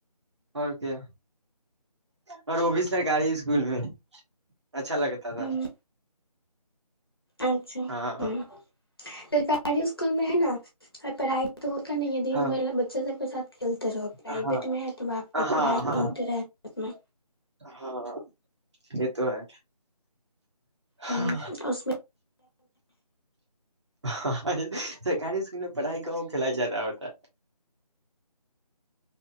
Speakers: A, on the right; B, on the left.
A: اور کیا اور وہ بھی سرکاری اسکول میں اچھا لگتا تھا
B: ہوں اچھا
A: ہاں
B: ہ سرکاری اسکول میں ہے نا اور پڑھائی تو ہوتا نہیں ہے دن
A: ہاں
B: بھرلا بچہ سب کے ساتھ کھیلتے رہو پرائیویٹ
A: ہاں
B: میں ہے تو آپ کی
A: ہاں
B: پڑھائی
A: ہاں
B: ہوتے رہتے اس میں
A: ہاں یہ تو ہے ہاں
B: ہوں اس میں
A: ہاں سرکاری اسکول میں پڑھائی کا کھیلا جاتا ہوتا <inaudible>